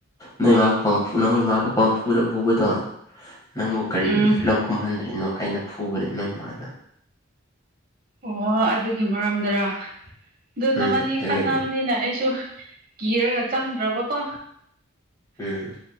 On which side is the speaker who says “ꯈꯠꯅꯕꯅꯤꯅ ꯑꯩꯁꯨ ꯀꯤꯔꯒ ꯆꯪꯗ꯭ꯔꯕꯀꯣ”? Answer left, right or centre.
Right